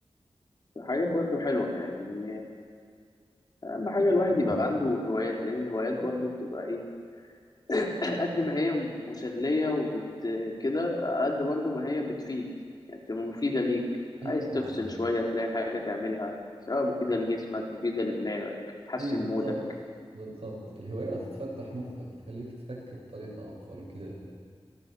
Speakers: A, on the left (about 40°); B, on the right (about 70°).
A: حاجات برضو حلوة يعني أهم حاجة الواحد يبقى عنده هوايات لأن الهوايات برضو بتبقى إيه <clears throat> قد ما هي مسلية وبت كده على قد برضو ما هي بتفيد يعني بتبقى مفيدة ليك
B: اي
A: عايز
B: طبعا
A: تفصل شوية تلاقي حاجة تعملها سواء مفيدة لجسمك مفيدة لدماغك تحسن
B: اي بالضبط
A: مودك
B: بالضبط الهوايات تفتح مخك تخليك تفكر بطريقة افضل وكذا